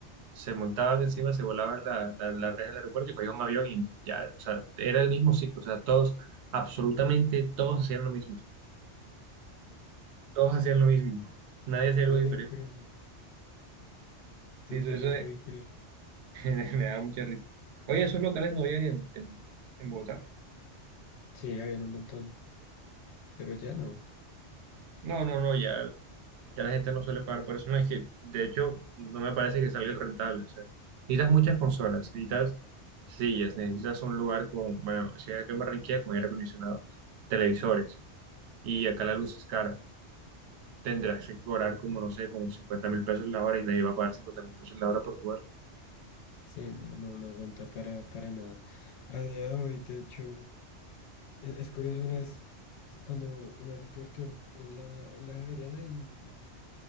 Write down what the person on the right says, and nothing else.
se montaban encima, se volaban la, la, la reja del aeropuerto y cogían un avión y ya, o sea, era el mismo ciclo, o sea, todos, absolutamente todos hacían lo mismo, todos hacían lo mismo, nadie hacía
algo diferente.
Sí,
eso,
eso de-
<laughs> me da mucha risa. Oye, esos locales no habían en, en, en Bogotá.
No, no, no, ya, ya la gente no suele pagar por eso. No, es que, de hecho, no me parece que salga rentable. O sea, necesitas muchas consolas, necesitas sillas, necesitas un lugar con, bueno, si hay que en Barranquilla, con aire acondicionado, televisores, y acá la luz es cara. tendrás que cobrar como, no sé, como cincuenta mil pesos la hora y nadie va a pagar cincuenta mil pesos la hora por jugar.